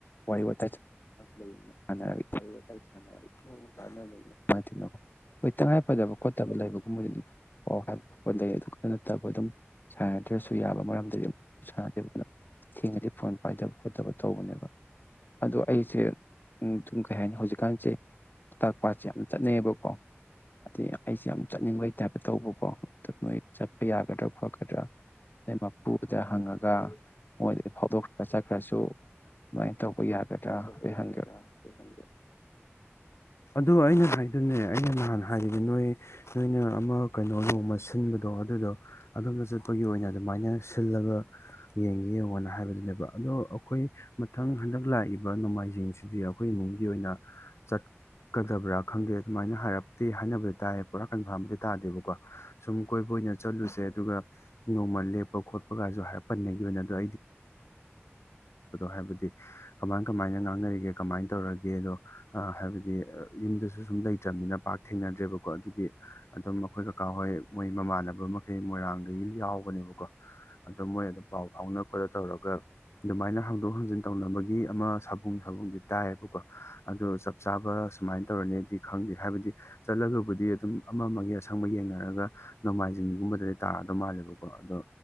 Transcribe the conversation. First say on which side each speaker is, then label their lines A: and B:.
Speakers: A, on the left; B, on the left.
A: ꯋꯥꯔꯤ ꯋꯥꯇꯥꯏ
B: ꯂꯩꯅ
A: ꯁꯥꯟꯅꯔꯒ
B: ꯋꯥꯔꯤ ꯋꯥꯇꯥꯏ ꯁꯥꯟꯅꯔ ꯇꯥꯟꯅꯕꯒꯤ
A: ꯇꯅꯣ ꯑꯩꯣꯏ ꯇꯉꯥꯏꯐꯗꯕꯣ ꯈꯣꯠꯇꯕ ꯂꯩꯕꯒꯨꯝꯕꯁꯨ ꯑꯗꯨꯝ ꯄꯥꯎ ꯍꯥꯏꯕ ꯈꯣꯠꯄ ꯂꯩ ꯑꯗꯨ ꯑꯗꯨ ꯅꯠꯇꯕ ꯑꯗꯨꯝ ꯁꯥꯟꯅꯗ꯭ꯔꯁꯨ ꯌꯥꯕ ꯃꯔꯝꯗꯤ ꯁꯥꯗꯦ ꯊꯦꯡꯉꯗꯤ ꯐꯣꯟ ꯄꯥꯏꯗꯕ ꯈꯣꯠꯇꯕ ꯇꯧꯕꯅꯦꯕ ꯑꯗꯣ ꯑꯩꯁꯦ ꯎ ꯁꯨꯝ ꯀꯩ ꯍꯥꯏꯅꯤ ꯍꯧꯖꯤꯛꯀꯥꯟꯁꯦ ꯂꯣꯛꯇꯥꯛ ꯄꯥꯠꯁꯦ ꯌꯥꯝ ꯆꯠꯅꯩꯌꯦꯕꯀꯣ ꯑꯗꯩ ꯑꯩꯁꯦ ꯌꯥꯝ ꯆꯠꯅꯤꯡꯕꯩ ꯇꯥꯏꯞꯇ ꯇꯧꯕꯀꯣ ꯑꯗꯨ ꯃꯣꯏ ꯆꯠꯄ ꯌꯥꯒꯗ꯭ꯔꯥ ꯈꯣꯠꯀꯗ꯭ꯔꯥ ꯃꯄꯨꯗ ꯍꯪꯉꯒ ꯃꯣꯏꯗ ꯐꯥꯎꯗꯣꯛꯈ꯭ꯔ ꯆꯠꯈ꯭ꯔꯁꯨ ꯑꯗꯨꯃꯥꯏꯅ ꯇꯧꯕ ꯌꯥꯒꯗ꯭ꯔꯥ
B: ꯇꯧꯕ
A: ꯍꯥꯏꯐꯦꯠ
B: ꯌꯥꯒꯗ꯭ꯔꯥ
A: ꯍꯪꯒꯦ
B: ꯍꯥꯏ ꯍꯪꯕꯤꯌ
A: <inaudible>
B: ꯑꯗꯣ ꯑꯩꯅ ꯍꯥꯏꯗꯨꯅꯦ ꯑꯩꯅ ꯅꯍꯥꯟ ꯍꯥꯏꯕꯗꯤ ꯅꯣꯏ ꯅꯣꯏꯅ ꯑꯃ ꯀꯩꯅꯣ ꯅꯣꯡꯃ ꯁꯤꯟꯕꯗꯣ ꯑꯗꯨꯗꯣ ꯑꯗꯣꯝꯗ ꯆꯠꯄꯒꯤ ꯑꯣꯏꯅ ꯑꯗꯨꯝ ꯁꯨꯃꯥꯏꯅ ꯁꯤꯜꯂꯒ ꯌꯦꯡꯒꯦ ꯌꯦꯡꯅ ꯍꯥꯏꯕꯗꯨꯅꯦꯕ ꯑꯗꯣ ꯑꯩꯈꯣꯏ ꯃꯊꯪ ꯍꯟꯗꯛ ꯂꯥꯛꯏꯕ ꯅꯣꯡꯃꯥꯏꯖꯤꯡꯁꯤꯗꯤ ꯑꯩꯈꯣꯏ ꯑꯣꯏꯅ ꯆꯠꯀꯗꯕ꯭ꯔꯥ ꯈꯪꯗꯦ ꯑꯗꯨꯃꯥꯏꯅ ꯍꯥꯏ ꯍꯥꯏꯅꯕꯗꯤ ꯇꯥꯏ ꯄꯨꯔꯥ ꯀꯟꯐꯥꯔꯝꯗꯤ ꯇꯥꯗꯦꯕꯀꯣ ꯁꯨꯝ ꯀꯣꯏꯕ ꯑꯣꯏꯅ ꯆꯠꯂꯨꯁꯦ ꯑꯗꯨꯒ ꯈ ꯈꯣ ꯍꯥꯏꯗꯤ ꯀ ꯥꯡ ꯀꯃꯥꯏꯅ ꯉꯥꯡꯅꯔꯤꯒꯦ ꯀꯃꯥꯏꯅ ꯇꯧꯔꯒꯦ ꯑꯗꯣ ꯍꯥꯏꯕꯗꯤ ꯌꯨꯝꯗꯁꯨ ꯁꯨꯝ ꯂꯩꯇ꯭ꯔꯕꯅꯤꯅ ꯄꯥꯛ ꯊꯦꯡꯅꯗ꯭ꯔꯦꯕꯀꯣ ꯑꯗꯨꯒꯤ ꯑꯗꯨꯝ ꯑꯩꯈꯣꯏ ꯀꯀꯥ ꯍꯣꯏ ꯃꯣꯏ ꯃꯃꯥꯟꯅꯕ ꯃꯈꯩ ꯃꯣꯏꯔꯥꯡꯗꯒꯤ ꯌꯥꯎꯕꯅꯦꯕ ꯑꯣ ꯃꯣꯏ ꯑꯗꯨꯝ ꯄꯥꯎ ꯐꯥꯎꯅ ꯈꯣꯠꯅ ꯇꯧꯔꯒ ꯑꯗꯨꯃꯥꯏꯅ ꯍꯥꯡꯗꯣꯛ ꯍꯥꯡꯖꯤꯟ ꯇꯧꯅꯕꯒꯤ ꯑꯃ ꯁꯥꯕꯨꯡ ꯁꯥꯕꯨꯡꯗꯤ ꯇꯥꯏꯌꯦꯕꯀꯣ ꯑꯗꯨ ꯆꯞ ꯆꯥꯕ ꯁꯨꯃꯥꯏꯅ ꯇꯧꯔꯅꯤꯗꯤ ꯈꯪꯗꯦ ꯍꯥꯏꯕꯗꯤ ꯆꯠꯂꯒꯕꯨꯗꯤ ꯑꯗꯨꯝ ꯑꯃ ꯑꯃꯒꯤ ꯑꯁꯪꯕ ꯌꯦꯡꯅꯔꯒ ꯅꯣꯡꯃꯥꯏꯖꯤꯡꯒꯨꯝꯕꯗꯗꯤ ꯇꯥꯗꯧ ꯃꯥꯜꯂꯦꯕꯀꯣ ꯑꯗꯣ